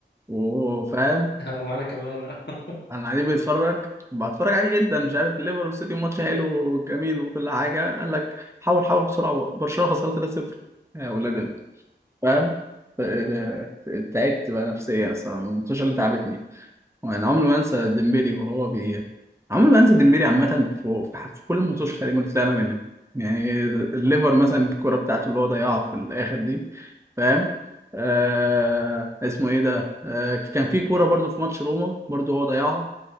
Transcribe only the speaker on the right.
وفاهم
انا قاعدين بنتفرج بتفرج عادي جدا مش عارف ليفر والسيتي ماتش حلو وجميل وكل حاجه قال لك حاول حاول بسرعه برشلونه خسرت 3-0 يا ولاد انت فاهم ف- ف- تعبت بقى نفسيا الصراحه من الماتشات اللي تعبتني وانا عمري ما انسى ديمبيري وهو بي عمري ما انسى ديمبيري عامه في, في في كل الماتشات تقريبا اللي طلعنا منها يعني الليفر مثلا الكوره بتاعته اللي هو ضيعها في الاخر دي فاهم آه اسمه ايه ده آه كان في كوره برضو في ماتش روما برضو هو ضيعها